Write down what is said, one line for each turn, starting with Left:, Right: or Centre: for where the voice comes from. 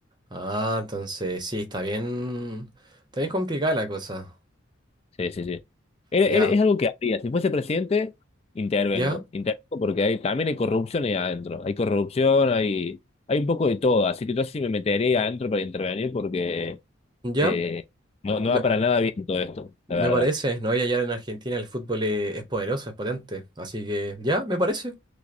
Right: Ah, entonces sí, está bien. Está bien complicada la cosa.
Left: Sí, sí, sí. Es,
Right: Ya,
Left: es- es algo que haría. Si fuese presidente, intervengo.
Right: ya,
Left: Intervengo porque hay, también hay corrupción ahí adentro. Hay corrupción, hay, hay un poco de todo. Así que yo sí me metería ahí adentro para intervenir porque
Right: ya.
Left: eh, no, no
Right: Me,
Left: va para nada bien todo esto,
Right: me
Left: la verdad.
Right: parece, ¿no? Y allá en Argentina el fútbol es es poderoso, es potente. Así que ya, me parece.